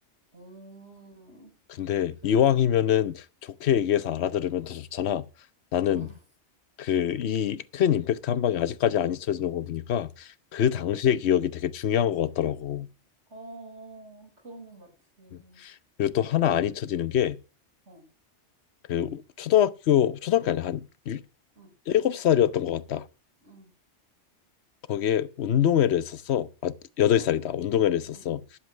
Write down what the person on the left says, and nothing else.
근데
이왕이면은
좋게 얘기해서 알아들으면 더 좋잖아. 나는
그 이 큰 임팩트 한 방이 아직까지 안 잊혀지는 거 보니까 그
당시의 기억이 되게 중요한 것 같더라고.
음. 그리고 또 하나 안 잊혀지는 게
그 초등학교 초등학교 아니야 한 일-
일곱 살이었던 것 같다.
거기에 운동회를 했었어. 아 여덟
살이다. 운동회를 했었어.